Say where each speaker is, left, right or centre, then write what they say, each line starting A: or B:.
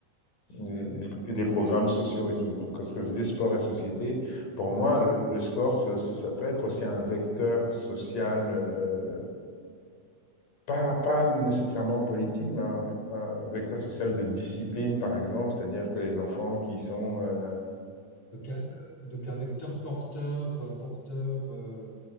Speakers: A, on the left (about 45°); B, on the left (about 80°).
A: super.
B: et des, et des programmes sociaux et tout. Donc, ce que je dis, sport et société, pour
A: Ouais.
B: moi, le, le sport, c'est aussi- ça peut être aussi un vecteur social. euh, pas, pas nécessairement politique, mais un, un vecteur social de discipline, par exemple, c'est-à-dire que les enfants qui sont... euh,
A: Donc, un- euh, donc un vecteur porteur, euh, porteur, euh,